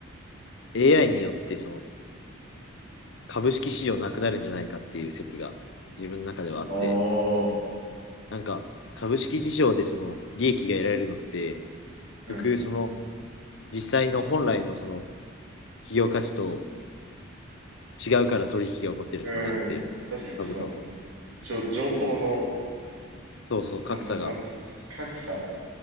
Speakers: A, on the left; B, on the right.
A: AI によってその株式市場なくなるんじゃないかっていう説が自分の中ではあって、
B: ああ。
A: なんか株式市場でその利益が得られるのって、
B: うん。
A: 結局その実際の本来のその企業価値と違うから取引が起こってるっていうのがあって、
B: うん。確かに、
A: 株価は。
B: その、じょ、情報の、
A: そうそう、
B: こんな、
A: 格差が
B: なんていうの、格差。